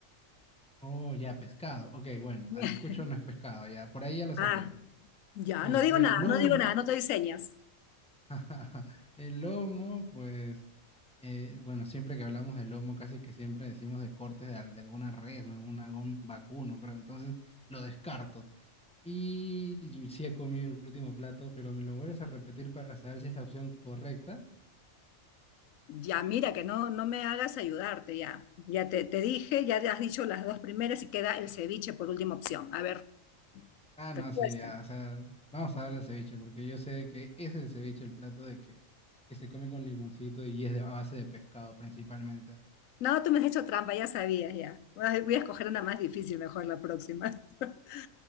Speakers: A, in the centre; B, on the left (about 80°).
A: Oh, ya, pescado. Ok, bueno,
B: <laughs>
A: anticucho no es pescado, ya. Por ahí ya lo saqué.
B: Ah, ya,
A: Sí,
B: no digo
A: el
B: nada,
A: lomo
B: no digo nada, no te diseñas.
A: <laughs> El lomo, pues, eh, bueno, siempre que hablamos de lomo, casi que siempre decimos de cortes de, al- de alguna res, ¿no? Algún, algún vacuno, creo. Entonces lo descarto. Y yo sí he comido el último plato, pero me lo vuelves a repetir para saber si es la opción correcta.
B: Ya, mira, que no, no me hagas ayudarte, ya. Ya te, te dije, ya te has dicho las dos primeras y queda el ceviche por última opción. A ver,
A: Ah,
B: respuesta.
A: no, sí, ya, o sea, vamos a darle ceviche, porque yo sé que ese es el ceviche, el plato de que, que se come con limoncito y es de, a base de pescado principalmente.
B: No, tú me has hecho trampa, ya sabías, ya. Ay, Voy a escoger una más difícil, mejor la próxima. <laughs>